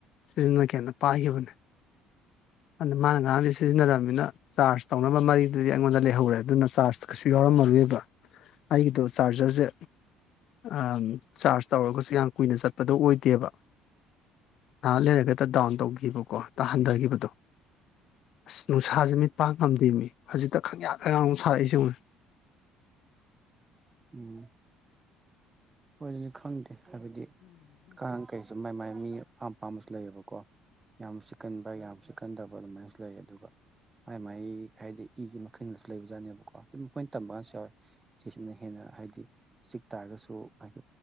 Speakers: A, on the left; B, on the right.
A: ꯁꯤꯖꯤꯟꯅꯒꯦꯅ ꯄꯥꯏꯒꯤꯕꯅꯦ ꯑꯗꯥ ꯃꯥꯅ ꯉꯔꯥꯡꯗꯩ ꯁꯤꯖꯤꯟꯅꯔꯃꯤꯅ ꯆꯥꯔꯖ ꯇꯧꯅꯕ ꯃꯔꯤꯗꯨꯗꯤ ꯑꯩꯉꯣꯟꯗ ꯂꯩꯍꯧꯔꯦ ꯑꯗꯨꯅ ꯆꯥꯔꯖ ꯀꯩꯁꯨ ꯌꯥꯎꯔꯝꯃꯔꯣꯕ ꯑꯩꯒꯤꯗꯣ ꯆꯥꯔꯖꯔꯖꯦ ꯑꯝ ꯆꯥꯔꯖ ꯇꯧꯔꯒꯁꯨ ꯌꯥꯝ ꯀꯨꯏꯅ ꯆꯠꯄꯗꯣ ꯑꯣꯏꯗꯦꯕ ꯉꯥꯏꯍꯛ ꯂꯩꯔꯒꯗ ꯗꯥꯎꯟ ꯇꯧꯒꯤꯕꯀꯣ ꯇ ꯍꯟꯗꯒꯤꯕꯗꯣ ꯑꯁ ꯅꯨꯡꯁꯥꯥꯖꯦ ꯃꯤꯠ ꯄꯪ ꯉꯝꯗꯦ ꯃꯤ ꯍꯧꯖꯤꯛꯇ ꯈꯪꯌꯥꯛ ꯌꯥꯛ ꯁꯥꯔꯛꯏꯖꯦ ꯌꯦꯡꯉꯨꯅꯦ
B: ꯎꯝ꯫ ꯈꫭꯏꯗꯗꯤ ꯈꯪꯗꯦ ꯍꯥꯏꯕꯗꯤ ꯀꯥꯡ ꯀꯩ ꯃꯥꯏ ꯃꯥꯏ ꯃꯤ ꯑꯄꯥꯝ ꯑꯄꯥꯝꯕꯁꯨ ꯂꯩꯌꯦꯕꯀꯣ ꯌꯥꯝ ꯆꯤꯛꯀꯟꯕ ꯌꯥꯝ ꯆꯤꯀꯟꯗꯕ ꯑꯗꯨꯃꯥꯏꯅꯁꯨ ꯂꯩ ꯑꯗꯨꯒ ꯃꯥꯏ ꯃꯥꯥꯏꯒꯤ ꯍꯥꯏꯗꯤ ꯏꯒꯤ ꯃꯈꯜꯗꯁꯨ ꯂꯩꯕꯖꯥꯠꯅꯦꯕꯀꯣ ꯑꯗꯨꯝ ꯃꯈꯣꯏꯅ ꯇꯝꯕ ꯀꯥꯟꯁꯨ ꯌꯥꯎꯋꯦ ꯆꯦꯛꯁꯤꯅ ꯍꯦꯟꯅ ꯍꯥꯏꯗꯤ ꯆꯤꯛ ꯇꯥꯔꯒꯁꯨ ꯍꯥꯏꯗꯤ